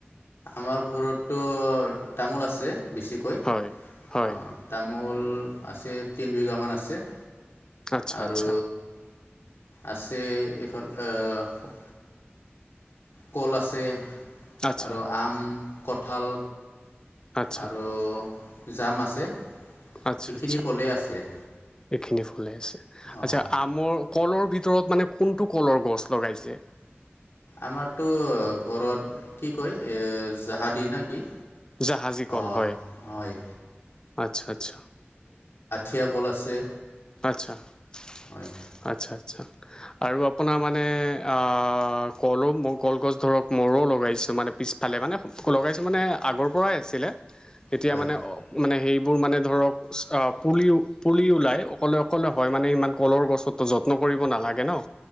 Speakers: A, on the left (about 75°); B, on the left (about 20°).
A: আমাৰ ঘৰতো তামোল আছে বেছিকৈ,
B: হয় হয়
A: অহ তামোল। আছে তিনি বিঘা মান আছে।
B: আচ্ছা
A: আৰু
B: আচ্ছা।
A: আছে এইফালে অ'হ, কল আছে।
B: আচ্ছা
A: আৰু আম, কঁঠাল,
B: আচ্ছা
A: আৰু। জাম আছে,
B: আচ্ছা
A: এইখিনি
B: আচ্ছা
A: ফলে আছে।
B: এইখিনি ফলে আছে
A: অঁ
B: আচ্ছা আমৰ। কলৰ ভিতৰত মানে কোনটো কলৰ গছ লগাইছে।
A: আমাৰতো ঘৰত কি কয় এহ জাহাদী না কি।
B: জাহাজী কল
A: অঁ
B: হয়,
A: হয়
B: আচ্ছা আচ্ছা।
A: সখীয়া কল আছে।
B: আচ্ছা-আচ্ছা-আচ্ছা।
A: হয়
B: আৰু আপোনাৰ মানে অ, কলো কলগছ ধৰক মৰো লগাইছোঁ মানে। পিছফালে মানে লগাইছোঁ মানে আগৰ পৰাই আছিলে। তেতিয়া
A: হয়
B: মানে-মানে সেইবোৰ মানে ধৰক পুলি-পুলি ওলাই। অকলে-অকলে হৈ মানে ইমান কলৰ গছো যত্ন কৰিব নালাগে নহ,